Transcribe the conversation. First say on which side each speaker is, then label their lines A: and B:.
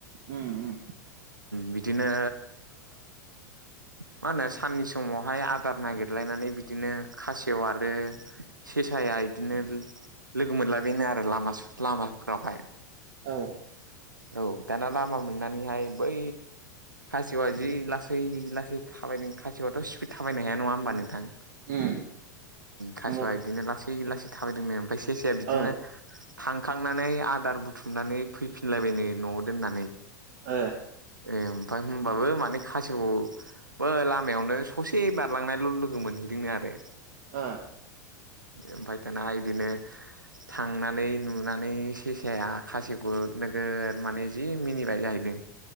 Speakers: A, on the right; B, on the right.
A: उम उम
B: बिदिनो मा होनो साननि समावहाय आदार नागिरलायनानै बि बिदिनो खासेव आरो सेसाया बिदिनो लोगो मोनलाबायनो आरो लाम लामाफोरावहाय
A: औ
B: औ दाना लामा मोननानैहाय बै खासेवा जि लासै लासै थाबायदों खाआथ' स्पिड थाबायनो हाया नंङा होमबा नोंथां।
A: उम
B: खासेवा
A: नंगौ
B: बिदिनो लासै लासै थाबायदोंमोन ओमफ्राय सेसेया बिदिनो
A: औ
B: थांखांनानै आदार बुथुमनानै फैफिनलायबायनो न'आव दोननानै
A: ओ
B: ए ओमफ्राय होनोमबाबो माने खासेव बा लामायावनो ससे बारलांनायल' लोगो मोनहैदोंनो आरो
A: ओ
B: उमफाय दाना इदिनो थांनानै नुनानै सेसाया खासेवखौ नोगोर माने जि मिनिबाय जाहैदों।